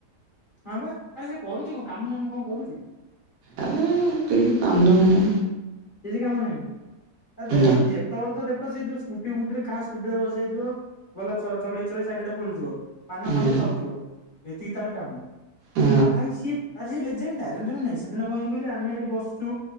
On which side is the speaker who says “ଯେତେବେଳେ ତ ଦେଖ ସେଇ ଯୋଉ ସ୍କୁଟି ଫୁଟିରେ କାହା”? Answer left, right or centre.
Left